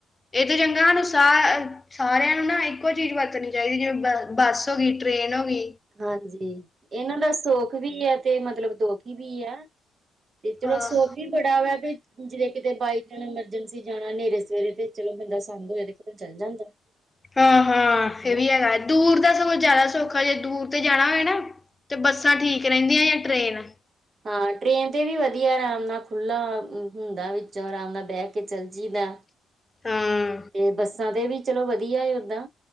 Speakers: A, on the left; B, on the right.
A: ਇਹ ਤੋ ਚੰਗਾ ਨਾ ਹੁਣ ਸਾ- ਸਾਰਿਆਂ ਨੂੰ ਨਾ ਇੱਕੋ ਚੀਜ਼ ਵਰਤਣੀ ਚਾਹੀਦੀ ਜਿਵੇਂ। ਬੱਸ ਹੋ ਗੀ, ਟਰੇੇਨ ਹੋ ਗੀ।
B: ਹਾਂਜੀ, ਇਹਨਾਂ ਦਾ ਸੁਖ ਵੀ ਹੈ ਤੇ ਮਤਲਬ ਦੁਖ ਵੀ ਹੈ। ਤੇ ਇਧਰੋਂ
A: ਹਾਂ
B: ਸੁੱਖ ਵੀ ਬੜਾ ਵਾ ਵੀ ਜਿ ਕਿਤੇ ਬਾਈਕ ਜਾਣ ਐਮਰਜੈਂਸੀ ਜਾਣਾ ਹਨੇਰੇ ਸਵੇਰੇ ਤੇ ਚਲੋ ਬੰਦਾ ਸੰਦ ਹੋਏ ਤੇ ਫਿਰੋਂ ਚੱਲ ਜਾਂਦਾ। <unintelligible>
A: ਹਾਂ-ਹਾਂ
B: ਹਨਾ।
A: ਏ ਵੀ ਹੈਗਾ ਦੂਰ ਦਾ ਸਗੋਂ ਜਾਦਾ ਸੌਖਾ ਜੇ ਦੂਰ ਤੇ ਜਾਣਾ ਹੋਵੇ ਨਾ। ਤੇ ਬੱਸਾਂ ਠੀਕ ਰੈਂਦੀਆਂ ਜਾਂ ਟਰੇਨ
B: ਹਾਂ ਟ੍ਰੇਨ ਤੇ ਵੀ ਵਧੀਆ ਆਰਾਮ ਨਾਲ ਖੁੱਲਾ ਹੁੰਦਾ ਵਿੱਚੋਂ ਆਰਾਮ ਨਾਲ ਬੈ ਕੇ ਚਲ ਜੀ ਦਾ।
A: ਹਾਂ
B: ਤੇ ਬੱਸਾਂ ਤੇ ਵੀ ਚਲੋ ਵਧੀਆ ਓਦਾਂ